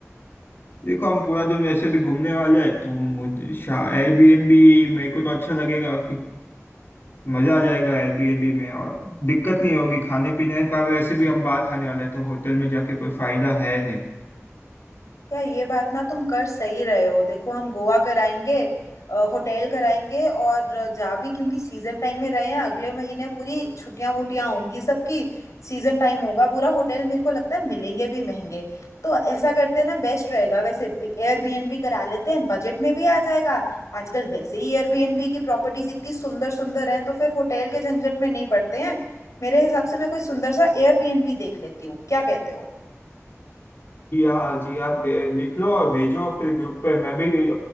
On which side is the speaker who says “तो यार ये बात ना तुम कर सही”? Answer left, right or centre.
Left